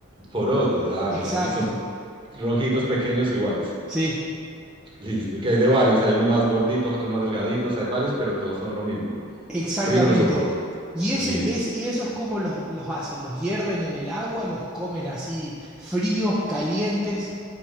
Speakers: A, on the right (about 25°); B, in the centre.
A: porotos. Ah,
B: Exacto.
A: mira, y son rojitos pequeños iguales.
B: Sí,
A: Listo, que hay de varios, hay unos más gorditos, otros más delgaditos, hay varios, pero todos son lo mismo.
B: exactamente.
A: Frijoles o porotos.
B: Y, ese,
A: Listo.
B: es, y esos cómo los, los hacen, los hierven en el agua, los comen así fríos, calientes.